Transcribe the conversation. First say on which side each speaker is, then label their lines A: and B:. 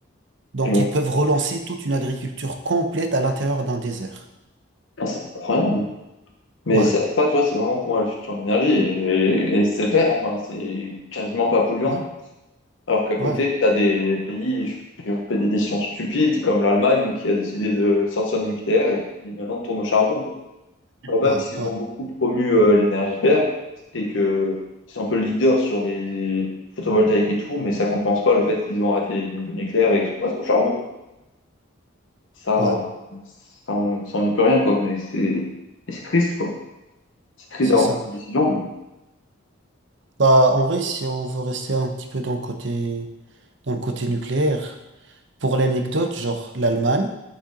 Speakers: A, on the right; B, on the left.
A: Donc
B: Et ouais.
A: ils peuvent relancer toute une agriculture complète à l'intérieur d'un désert.
B: Ah, c'est incroyable. Mais
A: Ouais,
B: ça, ça, tu vois, c'est vraiment pour la future d'énergie. Et, et c'est vert, enfin, c'est quasiment pas polluant.
A: ouais,
B: Alors qu'à côté,
A: ouais,
B: tu as des pays qui ont fait des décisions stupides, comme l'Allemagne, qui a décidé de sortir du nucléaire et qui maintenant tourne au charbon, quoi. Alors même
A: ouais,
B: s'ils
A: ouais,
B: ont beaucoup promu euh, l'énergie verte et que ils sont un peu leaders sur les photovoltaïques et tout, mais ça compense pas le fait qu'ils ont arrêté le nucléaire et qu'ils passent au charbon, quoi. Ça,
A: ouais,
B: ça, on, ça, on n'y peut rien, quoi. Et c'est et c'est triste, quoi. C'est triste
A: c'est
B: d'avoir
A: ça.
B: pris cette décision, mais bon.
A: Bah en vrai, si on veut rester un petit peu dans le côté dans le côté nucléaire. Pour l'anecdote, genre l'Allemagne,